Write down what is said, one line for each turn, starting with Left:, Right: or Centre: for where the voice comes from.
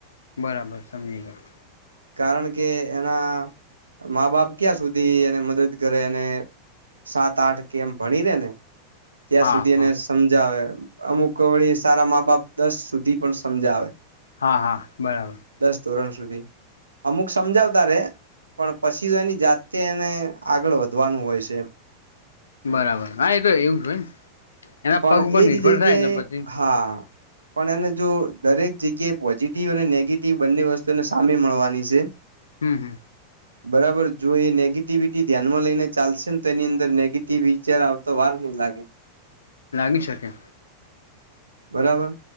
Left: બરાબર સમજી ગયા.
Right: કારણ કે એના મા બાપ ક્યાં સુધી એને મદદ કરે અને સાત આઠ કેમ ભણી દે ને ત્યાં
Left: હા
Right: સુધી એને
Left: હા
Right: સમજાવે અમુક વળી અત્યાર મા બાપ દસ સુધી પણ સમજાવે
Left: હા હા બરાબર
Right: દસ ધોરણ સુધી અમુક સમજાવતા રે પણ પછી તો એની જાતે એને આગળ વધવાનું હોય છે. એમ
Left: બરાબર હા એ તો એવું હોય એના
Right: પણ
Left: પગ ઉપર
Right: એજ
Left: નિર્ભર
Right: જગ્યાએ
Left: થાય એટલે પછી
Right: હા પણ એને જો દરેક જગ્યાએ પોઝિટિવ અને નેગેટિવ બંને વસ્તુને સામે મળવાની છે.
Left: હમ હમ
Right: બરાબર જો એ નેગેટિવિટી ધ્યાનમાં લઈને ચાલશે ને તો એની અંદર નેગેટિવિ વિચાર આવતો વાર નઈ લાગે
Left: લાગી શકે
Right: બરાબર